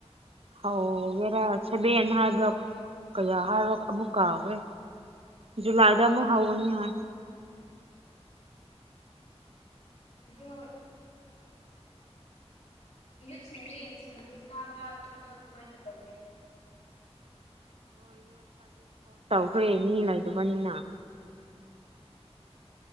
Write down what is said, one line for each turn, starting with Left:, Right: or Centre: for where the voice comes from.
Right: ꯍꯥꯎꯒꯦꯔꯥ ꯁꯕꯅ ꯍꯥꯏꯕ ꯀꯌꯥ ꯍꯥꯏꯔ ꯑꯃꯨꯛ ꯀꯥꯎꯈ꯭ꯔꯦ ꯖꯨꯂꯥꯏꯗ ꯑꯃꯨꯛ ꯍꯧꯒꯅꯤ ꯍꯥꯏ <inaudible>
Left: ꯑꯗ ꯍꯁꯤꯗꯤꯁꯀꯥꯕ ꯀꯄ ꯃꯥꯏ ꯇ
Right: ꯍꯈꯣꯏ ꯃꯤ ꯂꯩꯗꯕꯅꯤꯅ